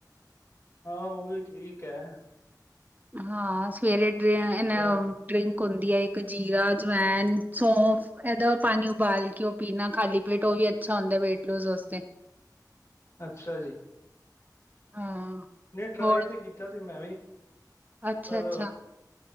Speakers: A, on the left; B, on the right.
A: ਹਾਂ ਉਹ ਵੀ ਠੀਕ ਐ।
B: ਹਾਂ ਸਵੇਰੇ ਡਰੈ <unintelligible>
A: ਟਰਾਈ
B: ਡਰਿੰਕ ਹੁੰਦੀ ਹੈ ਇੱਕ ਜੀਰਾ, ਜਵੈਨ, ਸੌਂਫ ਏਦਾ ਪਾਣੀ ਉਬਾਲ ਕੇ ਉਹ ਪੀਣਾ ਖਾਲੀ ਪੇਟ, ਉਹ ਵੀ ਅੱਛਾ ਹੁੰਦਾ ਏ ਵੇਟ ਲੋਸ ਵਾਸਤੇ।
A: ਅੱਛਾ ਜੀ।
B: ਹਾਂ।
A: ਨਈ ਟਰਾਈ
B: ਹੋਰ
A: ਤੇ ਕੀਤਾ ਸੀ ਮੈਂ ਵੀ,
B: ਅੱਛਾ
A: ਪਰ
B: ਅੱਛਾ